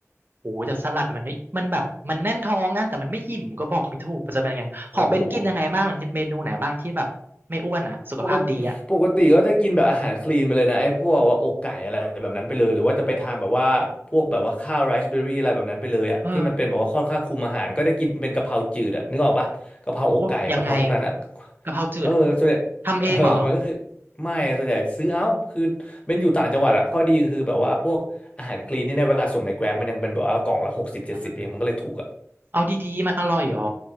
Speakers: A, on the right; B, on the left.
A: โอ้โหแต่สลัดมันไม่มันแบบมันแน่นท้องนะแต่มันไม่อิ่มก็บอกไม่ถูกมันจะเป็นไงของเบนกินยังไงบ้างเมนูไหนบ้างที่แบบไม่อ้วนอ่ะสุขภาพดีอ่ะ
B: โอ้โห ปกติปกติก็จะกินแบบอาหารคลีนไปเลยนะไอ้พวกว่าอกไก่อะไรแบบนั้นไปเลยหรือว่าจะไปทางแบบว่าพวกแบบว่าข้าวไรซ์เบอร์รี่อะไรแบบนั้นไปเลยอ่ะที่มันเป็นแบบว่าค่อนข้างคุมอาหารก็จะกินเป็นกะเพราจืดอ่ะนึกออกปะกะเพราอกไก่กะเพราพวกนั้นอ่ะ
A: เออโอ้ยังไงกะเพราจืด
B: เออส่วนใหญ่เออมันก็คือ
A: ทำเองเหรอ
B: ไม่ส่วนใหญ่ซื้อเอาคือเป็นอยู่ต่างจังหวัดอ่ะข้อดีคือแบบว่าพวกอาหารคลีนนี่เนี่ยเวลาส่งในแกร็บมันยังเป็นแบบว่ากล่องละหกสิบเจ็ดสิบเองมันก็เลยถูกอ่ะ
A: อ่าเอาดีๆมันอร่อยเหรอ